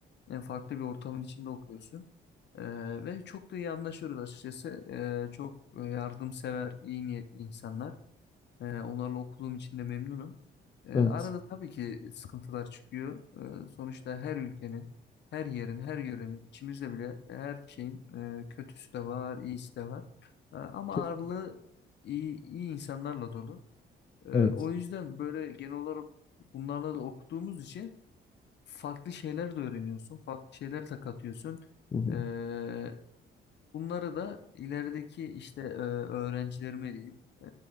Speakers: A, on the left; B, on the left.
A: En farklı bir ortamın içinde okuyorsun. E, ve çok da iyi anlaşıyoruz açıkçası. E, çok e, yardımsever, iyi niyetli insanlar. Ee, onlarla okuduğum için de memnunum. Ee,
B: Evet.
A: arada tabii ki sıkıntılar çıkıyor. Ee, sonuçta her ülkenin, her yerin, her yörenin, içimizde bile her şeyin e, kötüsü de var, iyisi de var. Ee, ama
B: Kes-
A: ağırlığı iyi, iyi insanlarla dolu. Ee,
B: Evet.
A: o yüzden böyle genel olarak bunlarla da okuduğumuz için farklı şeyler de öğreniyorsun, farklı şeyler de katıyorsun.
B: Hı hı.
A: Ee, Bunları da ilerideki işte e, öğrencilerime diyeyim e,